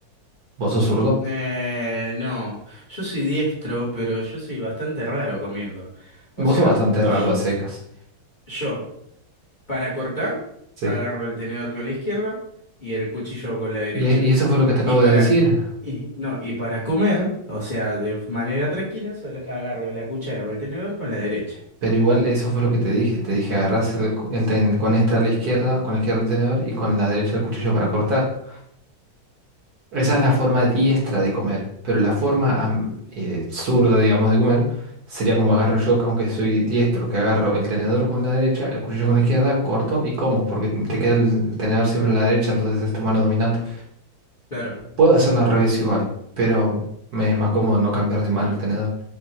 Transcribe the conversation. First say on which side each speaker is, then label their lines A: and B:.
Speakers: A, on the right; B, on the left.
A: Vos sos zurdo.
B: Eh, no, yo soy diestro, pero yo soy bastante raro comiendo. O
A: Vos
B: sea,
A: sos bastante
B: yo,
A: raro a secas.
B: yo, para cortar,
A: Sí.
B: agarro el tenedor con la izquierda y el cuchillo con la derecha.
A: Y, e- y eso fue lo que te
B: Y
A: acabo
B: para,
A: de decir.
B: y- no, y para comer, o sea, de manera tranquila, solo agarro la cuchara o el tenedor con la derecha.
A: Pero igual eso fue lo que te dije. Te dije agarrás el, cu- el ten- con esta a la izquierda, con la izquierda el tenedor y con la derecha el cuchillo para cortar. Esa
B: Ujú,
A: es la forma diestra de comer, pero la forma am- eh, zurda, digamos, de comer sería como agarro yo, aunque soy diestro, que agarro el tenedor con la derecha, el cuchillo con la izquierda, corto y como, porque te queda el tenedor siempre en la derecha, entonces es tu mano dominante.
B: Claro,
A: Puedo hacerlo al revés igual, pero me es más cómodo no cambiar de mano el tenedor.